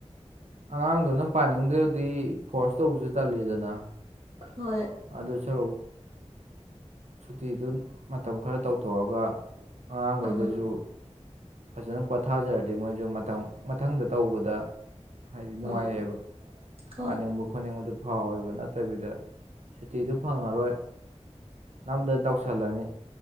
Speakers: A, on the right (about 75°); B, on the right (about 55°).
A: ꯑꯉꯥꯡꯗꯨꯅ ꯄꯥꯅꯤꯡꯗ꯭ꯔꯗꯤ ꯐꯣꯔꯁ ꯇꯧꯕꯁꯨ ꯇꯜꯂꯤꯗꯅ
B: ꯍꯣꯏ
A: ꯑꯗꯨꯁꯔꯨꯛ ꯁꯨꯇꯤꯗꯨ ꯃꯇꯝ ꯈꯔ ꯇꯧꯊꯣꯛꯑꯒ ꯑꯉꯥꯡꯈꯩꯗꯁꯨ
B: ꯎꯝ
A: ꯐꯖꯅ ꯄꯣꯊꯥꯖꯔꯗꯤ ꯃꯣꯏꯁꯨ ꯃꯊꯝ ꯃꯊꯪꯗ ꯇꯧꯕꯗ ꯍꯥꯏꯗꯤ ꯅꯨꯡꯉꯥꯏꯌꯦꯕ
B: ꯎꯝ ꯍꯣꯏ
A: ꯄꯥꯅꯤꯡꯕ ꯈꯣꯠꯅꯤꯡꯕꯗꯨ ꯐꯥꯎꯋꯦꯕ ꯅꯠꯇꯕꯤꯗ ꯁꯨꯇꯤꯗꯨ ꯐꯪꯉꯔꯣꯏ ꯅꯝꯗꯅ ꯇꯧꯁꯜꯂꯅꯤ